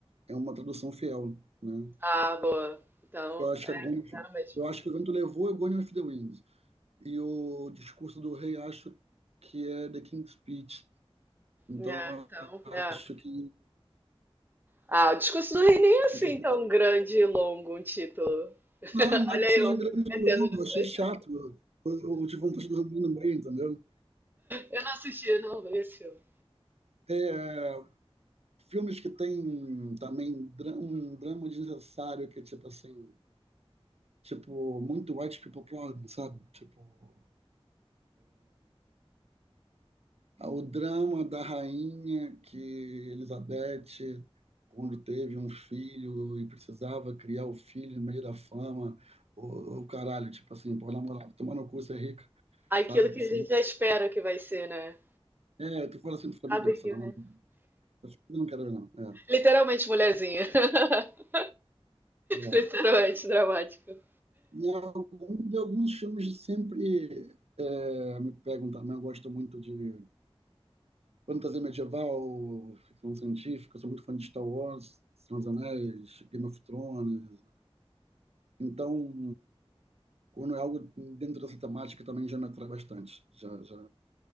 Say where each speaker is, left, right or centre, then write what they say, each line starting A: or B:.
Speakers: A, on the right (about 80°); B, on the right (about 20°).
A: é uma tradução fiel, né?
B: Ah, boa. Então,
A: Eu acho
B: é,
A: que é Gone,
B: não, mas.
A: eu acho que o vento levou é Gone with the Wind. E o discurso do rei, acho que é The King's Speech. Então,
B: É, então,
A: eu
B: é.
A: acho que,
B: Ah, o discurso do rei nem é assim
A: que, que
B: tão grande e longo um título. <laughs>
A: Não, não
B: Olha
A: é que seja
B: eu,
A: grande,
B: me metendo
A: não.
B: nisso
A: eu Achei
B: aí.
A: chato. eu O de Fantástico no meio, entendeu?
B: Eu não assisti, não, vi esse filme.
A: É, filmes que tem também dra- um drama desnecessário, que é tipo assim, tipo, muito white people problem, sabe? Tipo, a- o drama da rainha que Elizabeth, quando teve um filho e precisava criar o filho no meio da fama, o, o caralho, tipo assim, pô, na moral, tomar no cu, você é rica,
B: Aquilo
A: sabe?
B: que
A: Você,
B: a gente já espera que vai ser, né?
A: é, tu fala assim, tu fala,
B: A
A: meu Deus,
B: que,
A: sei lá,
B: né?
A: não Eu não quero ver, não. É,
B: Literalmente mulherzinha. <laughs>
A: é.
B: Literalmente dramático.
A: E algum, de alguns filmes sempre é, me pegam também. Eu gosto muito de fantasia medieval, ficção científica. Eu sou muito fã de Star Wars, Senhor dos Anéis, Game of Thrones. Então, quando é algo dentro dessa temática, também já me atrai bastante. Já, já,